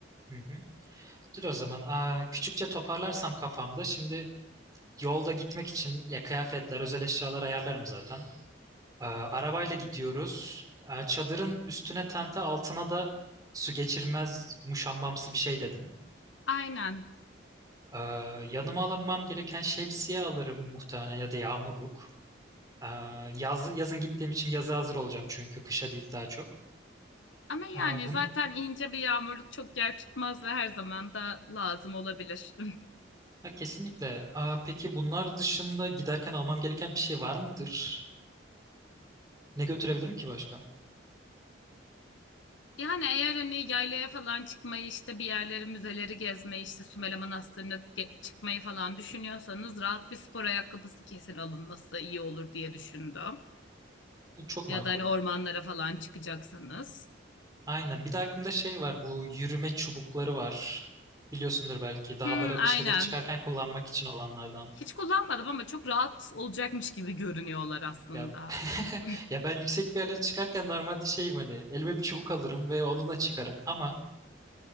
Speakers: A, on the right (about 20°); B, on the left (about 75°).
A: Hı hı. Dur o zaman. Aa, küçükçe toparlarsam kafamda. Şimdi Yolda gitmek için ya kıyafetler, özel eşyalar ayarlarım zaten. Ee, arabayla gidiyoruz. Ee, çadırın üstüne tente altına da su geçirmez muşambamsı bir şey dedin.
B: Aynen.
A: Ee, yanıma almam gereken şemsiye alırım muhtemelen ya da yağmurluk. Ee, yaz, yazın gittiğim için yaza hazır olacağım çünkü kışa değil daha çok.
B: Ama yani
A: Aa, bun,
B: zaten ince bir yağmurluk çok yer tutmaz ve her zaman da lazım olabilir. <laughs>
A: ya kesinlikle. Aa, peki bunlar dışında giderken almam gereken bir şey var mıdır? Ne götürebilirim ki başka?
B: Yani eğer hani yaylaya falan çıkmayı işte bir yerleri müzeleri gezmeyi işte Sümele Manastırı'na ge- çıkmayı falan düşünüyorsanız rahat bir spor ayakkabısı kesin alınması iyi olur diye düşündüm.
A: Çok
B: Ya
A: makul.
B: da hani ormanlara falan çıkacaksanız.
A: Aynen. Bir de aklımda şey var. Bu yürüme çubukları var. Biliyorsundur belki. Dağlara
B: Hmm, aynen.
A: bir şeyler çıkarken kullanmak için olanlardan.
B: Hiç kullanmadım ama çok rahat olacakmış gibi görünüyorlar aslında.
A: Ya <laughs>
B: <laughs>
A: ya ben yüksek bir yerlere çıkarken normalde şeyim hani elime bir çubuk alırım ve onunla çıkarım ama